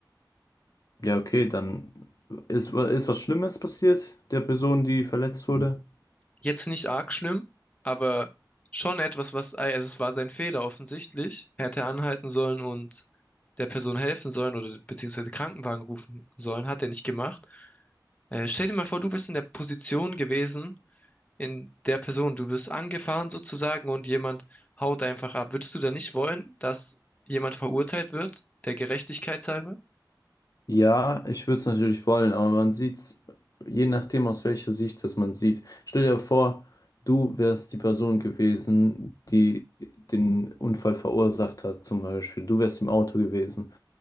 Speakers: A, on the left; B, on the left.
A: Ja, okay, dann ist, wa- ist was Schlimmes passiert der Person, die verletzt wurde?
B: Jetzt nicht arg schlimm, aber schon etwas, was, also es war sein Fehler offensichtlich. Er hätte anhalten sollen und der Person helfen sollen oder beziehungsweise Krankenwagen rufen sollen, hat er nicht gemacht. Äh, stell dir mal vor, du wärst in der Position gewesen, in der Person, du wirst angefahren sozusagen und jemand haut einfach ab. Würdest du da nicht wollen, dass jemand verurteilt wird, der Gerechtigkeit halber?
A: Ja, ich würde es natürlich wollen, aber man sieht es, je nachdem aus welcher Sicht das man sieht. Stell dir vor, du wärst die Person gewesen, die den Unfall verursacht hat, zum Beispiel. Du wärst im Auto gewesen